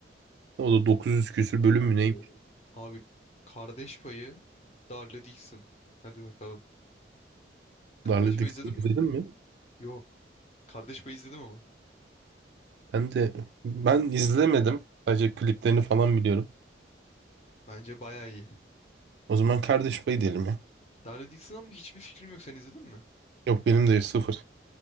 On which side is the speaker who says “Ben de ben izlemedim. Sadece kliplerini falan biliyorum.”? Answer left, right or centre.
Right